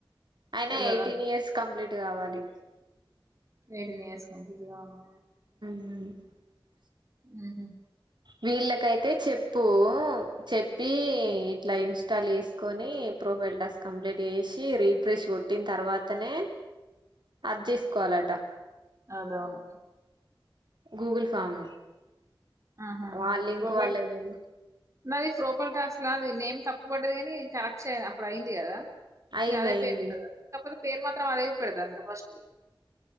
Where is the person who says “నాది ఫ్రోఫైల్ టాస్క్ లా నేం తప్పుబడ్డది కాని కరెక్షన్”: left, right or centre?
Right